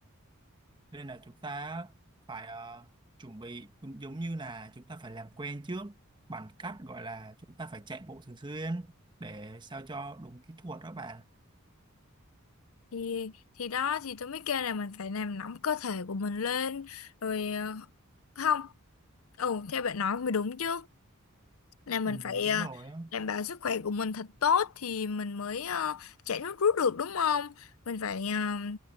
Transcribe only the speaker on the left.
thì thì đó thì tôi mới kêu là mình phải làm nóng cơ thể của mình lên rồi ờ, không ừ theo bạn nói mới đúng chứ là mình
phải
ờ,
đảm bảo sức khỏe của mình thật tốt thì mình mới ờ, chạy nước rút được đúng không mình phải ờ,